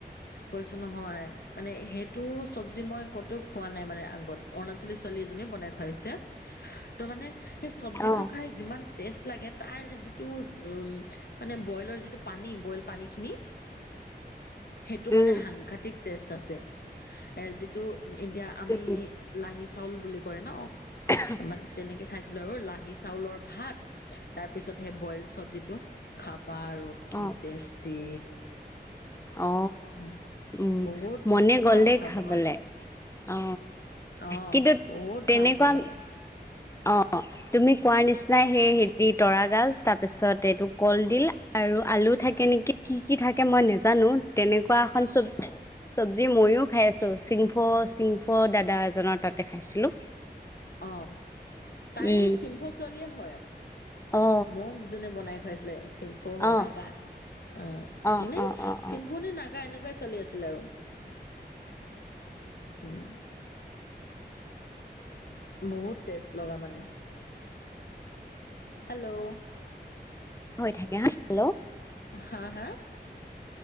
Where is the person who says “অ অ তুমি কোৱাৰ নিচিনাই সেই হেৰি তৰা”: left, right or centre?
Left